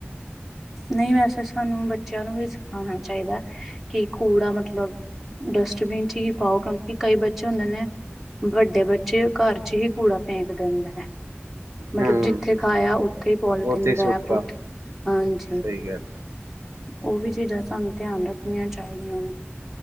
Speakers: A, in the centre; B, on the right (about 85°).
A: ਨਹੀਂ ਵੈਸੇ ਸਾਨੂੰ ਬੱਚਿਆਂ ਨੂੰ ਵੀ ਸਿਖਾਉਣਾ ਚਾਹੀਦਾ। ਕਿ ਕੂੜਾ ਮਤਲਬ ਡਸਟਬੀਨ ਚ ਹੀ ਪਾਓ ਕਿਉਂਕਿ ਕਈ ਬੱਚੇ ਹੁੰਦੇ ਨੇ ਵੱਡੇ ਬੱਚੇ ਘਰ ਚ ਹੀ ਕੂੜਾ ਫੇਕ ਦਿੰਦੇ ਨੇ ਮਤਲਬ
B: ਹੂੰ
A: ਜਿੱਥੇ ਖਾਇਆ ਉੱਥੇ ਹੀ ਪੋਲੀਥਨ
B: ਉੱਥੇ ਸੁੱਟਤਾ
A: ਰੈਪ ਉੱਥੇ ਹਾਂਜੀ
B: ਸਹੀ ਗੱਲ
A: ਉਹ ਵੀ ਚੀਜ਼ਾਂ ਸਾਨੂੰ ਧਿਆਨ ਰੱਖਣੀਆਂ ਚਾਹੀਦੀਆਂ।